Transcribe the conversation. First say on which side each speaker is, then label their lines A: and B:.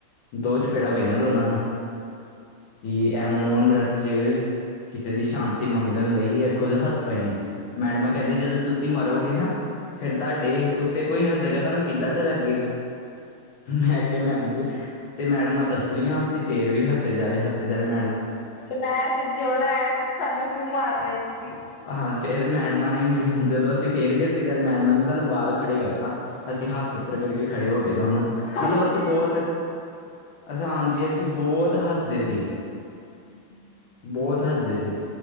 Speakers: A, on the left; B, on the left.
A: ਦੋ ਚਪੇੜਾਂ ਪਈਆਂ ਦੋਨਾਂ ਨੂੰ। ਕੀ ਐ ਮੋਨ ਵਰਤ‌ 'ਚ ਕਿਸ਼ੇ ਦੀ ਸ਼ਾਂਤੀ ਮੰਗਣ ਲਈ ਐ। ਖੁਦ ਹੱਸ ਪਏ ਨੇ, ਮੈਡਮਾਂ ਕੈੰਦੀ ਜਦੋਂ ਤੁਸੀਂ ਮਰੋਗੇ ਨਾ ਫੇਰ ਤਾਡੇ ਉਤ ਤੇ ਕੋਈ ਹਸੇਗਾ ਤਾਨੂੰ ਕਿੱਦਾਂ ਦਾ ਲੱਗੇਗਾ? ਮੈਂ ਕਿਆ ਮੈਮ ਜੀ ਤੇ ਮੈਡਮਾਂ ਦੱਸ ਰੀਆਂ, ਅਸੀਂ ਫੇਰ ਵੀ ਹੱਸੇ ਜਾ ਰੇ ਹੱਸੇ ਜਾ ਰੇ ਮੈਡਮ
B: ਪੜਣਾ ਐ, ਜਿਉਣਾ ਐ। ਸਾਨੂੰ ਕਿਉਂ ਮਾਰ ਰੇ ਓ ਤੁਸੀਂ।
A: ਹਾਂ ਫੇਰ ਮੈਡਮਾ ਨੇ ਜਦੋਂ ਅਸੀਂ ਫੇਰ ਵੀ ਹਸੇ ਸਾਡੀ ਮੈਡਮਾਂ ਨੇ ਸਾਨੂੰ ਬਾਰ ਖੜੇ ਕਰਤਾ। ਅਸੀਂ ਹੱਥ ਉੱਪਰ ਕਰਕੇ ਖੜੇ ਹੋ ਗੇ ਦੋਨੋ,
B: ਤੁਸੀਂ ਹੁਣ
A: ਮਤਲਬ
B: ਹੱਸੋਗੇ
A: ਅਸੀਂ
B: ਨਾ
A: ਬੋਤ
B: ਠੀਕ
A: ਹਾਂਜੀ, ਅਸੀਂ ਬੋਤ ਹੱਸਦੇ ਸੀ।
B: ਹੂ।
A: ਬਹੁਤ ਹੱਸਦੇ ਸੀ,